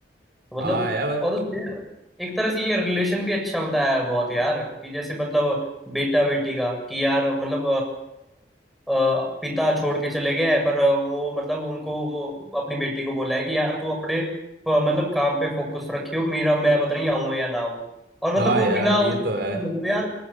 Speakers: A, in the centre; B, on the right.
A: तो मतलब
B: हाँ यार
A: और उसमें एक तरह से ये रिलेशन भी अच्छा बताया है बहुत यार कि जैसे मतलब बेटा बेटी का कि यार मतलब अ, अ, पिता छोड़ के चले गए हैं, पर वो मतलब उनको अपनी बेटी को बोला है कि यार तू अपने प- मतलब काम पे फोकस रखियो मेरा मैं पता नहीं आऊं या ना आऊं और मतलब
B: हाँ
A: वो
B: यार
A: बिना
B: ये
A: उसकी
B: तो है
A: मतलब यार